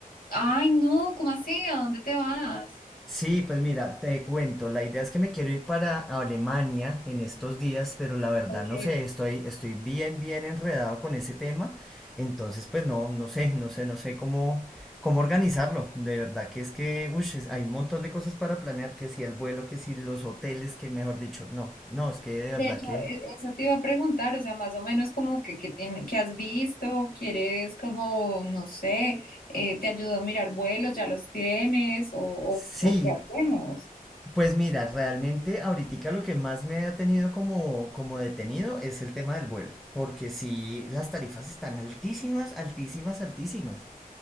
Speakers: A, on the left; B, in the centre.
A: Ay, no, ¿cómo así? ¿A dónde te vas?
B: Sí, pues mira, te cuento, la idea es que me quiero ir para Alemania en estos días, pero la verdad
A: Ok.
B: no sé, estoy, estoy bien, bien enredado con ese tema, entonces pues no, no sé, no sé, no sé cómo, cómo organizarlo, de verdad que es que, ush, es- hay un montón de cosas para planear, que si el vuelo, que si los hoteles, que mejor dicho, no, no, es que de verdad
A: De hecho,
B: que
A: e- eso te iba a preguntar, o sea, más o menos como que, que, tiene- que has visto, quieres como, no sé, eh, te ayudo a mirar vuelos, ya los tienes, o, o,
B: sí,
A: o qué hacemos.
B: Pues mira, realmente ahorita lo que más me ha tenido como, como detenido es el tema del vuelo, porque sí, las tarifas están altísimas, altísimas, altísimas.